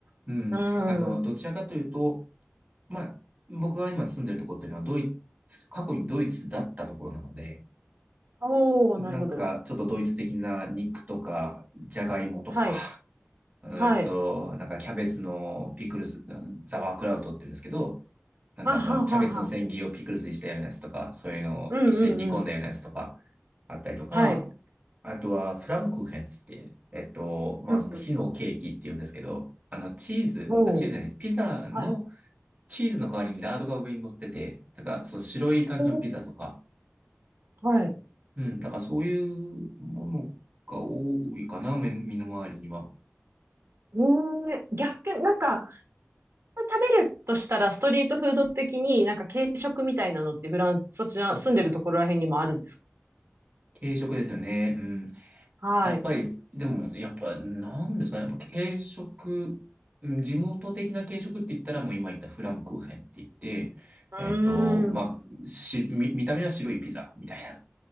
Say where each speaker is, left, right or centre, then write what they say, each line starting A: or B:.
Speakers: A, on the right; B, on the right.
A: うん。
B: うん。
A: あの、どちらかというと、まあ、僕が今住んでるところっていうのはドイツ、過去にドイツだったところなので、
B: おー、
A: なんかちょっとドイツ的な肉とか、
B: なるほど。
A: じゃがいもとか
B: はい、
A: うーんと、
B: はい、
A: なんかキャベツのピクルス、ザワークラウトって言うんですけど、なんかそのキャベツの千切りをピクルスにしたようなやつとか、
B: はははは。
A: そういうのを一緒に煮込んだようなやつとか
B: うんうんうん。
A: あったりとか、
B: はい。
A: あとはフランクーヘンつって、えっと、まあその火のケーキって言うんですけど、
B: うんうん。
A: あのチーズ、
B: おー、
A: あ、チーズじゃない、ピザの
B: はい。
A: チーズの代わりにラードが上に乗ってて、だからそう白い感じのピザとか、
B: おー、はい。
A: うん、だからそういうものが多いかな、目身の回りには。
B: うーん、逆、なんか、食べるとしたら、ストリートフード的になんか軽食みたいなのってフランス、そちら住んでるところらへんにもあるんですか
A: 軽食ですよね。うん
B: はい。
A: やっぱり、
B: う
A: でも、やっぱ、なんですかね。やっぱ軽食、うん地元的な軽食って言ったら、もう今言ったフランクーヘンって言って、
B: ー
A: えっと、まあ、
B: ん。
A: し、見、見た目は白いピザみたいな。